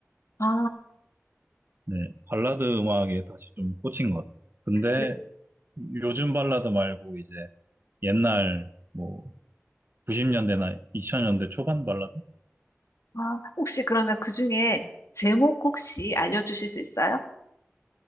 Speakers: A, on the left; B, on the right.
A: 아,
B: 네, 발라드 음악에 다시 좀 꽂힌 것 같아요. 근데
A: 네.
B: 요즘 발라드 말고 이제 옛날 뭐 90년대나 2000년대 초반 발라드?
A: 아, 혹시 그러면 그 중에 제목 혹시 알려주실 수 있어요?